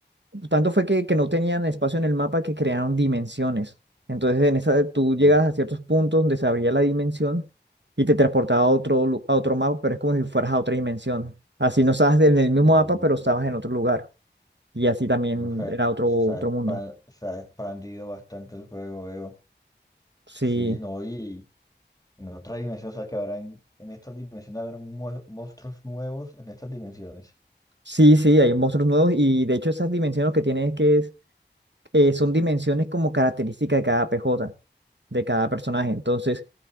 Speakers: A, on the right; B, on the left.
A: tanto fue que, que no tenían espacio en el mapa que crearon dimensiones. Entonces en esa tú llegas
B: Eh,
A: a ciertos puntos donde se abría la dimensión y te transportaba a otro, lu- a otro mapa, pero es como si fueras a otra dimensión. Así no estabas en el mismo
B: uh,
A: mapa, pero estabas en otro lugar. Y así también
B: uh, se, ha
A: era otro, otro
B: se ha expan-
A: mundo.
B: se ha expandido bastante el juego, veo.
A: Sí.
B: Sí, no, y... en otra dimensión, o sea que habrá en, en estas dimensiones habrá mue- monstruos nuevos en estas dimensiones.
A: Sí, sí, hay monstruos nuevos y de hecho esas dimensiones que tienen es que es, eh, son dimensiones como característica de cada PJ, de cada personaje. Entonces,